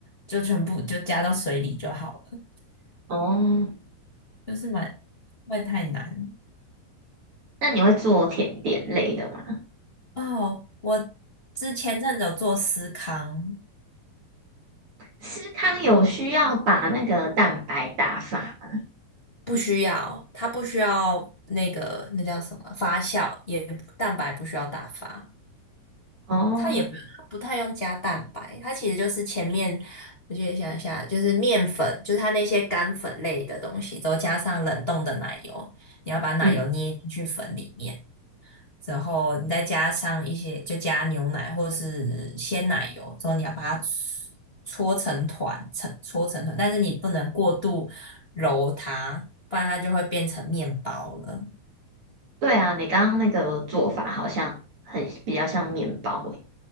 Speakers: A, on the left (about 65°); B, on the right (about 35°).
A: 就全部就加到水里就好了，
B: 哦。
A: 就是蛮不会太难。
B: 那你会做甜点类的吗？
A: 哦，我之前阵子有做司康，
B: 司康有需要把那个蛋白打发吗？
A: 不需要，它不需要那个那叫什么发酵，也蛋白不需要打发。
B: 哦，
A: 它也不不太用加蛋白，它其实就是前面我记得想一下，就是面粉，就是它那些干粉类的东西，之后加上冷冻的奶油，你要把奶油捏进去粉里面，
B: 嗯，
A: 之后你再加上一些，就加牛奶或者是鲜奶油，之后你要把它搓搓成团，成搓成团，但是你不能过度揉它，不然它就会变成面包了。
B: 对啊，你刚刚那个做法好像很比较像面包诶。